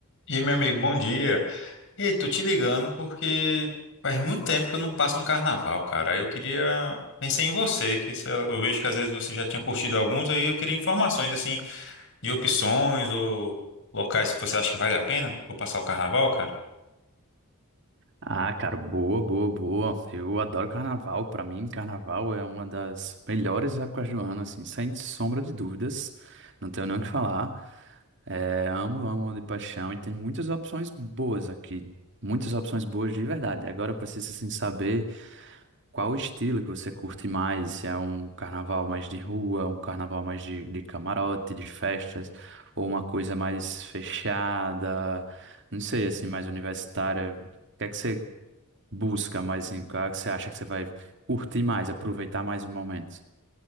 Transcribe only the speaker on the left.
E aí, meu amigo, bom dia. E tô te ligando porque faz muito tempo que eu não passo um carnaval, cara. Eu queria pensei em você, que se eu eu vejo que às vezes você já tinha curtido alguns, aí eu queria informações assim de opções ou locais que você acha que vale a pena eu passar o carnaval, cara.